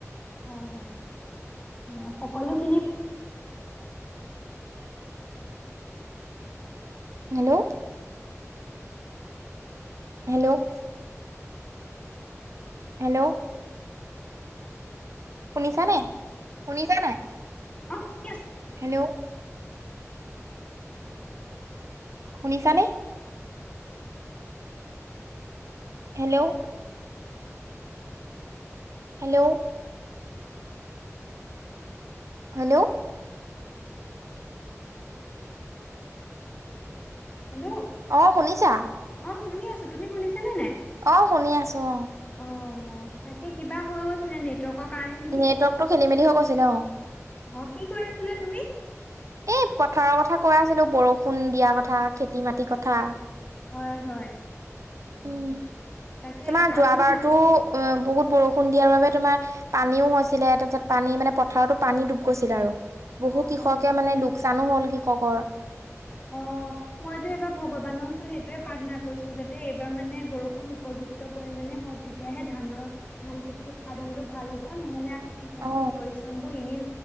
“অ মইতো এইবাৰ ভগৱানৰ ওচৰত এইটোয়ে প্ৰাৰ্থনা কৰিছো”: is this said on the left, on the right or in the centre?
Left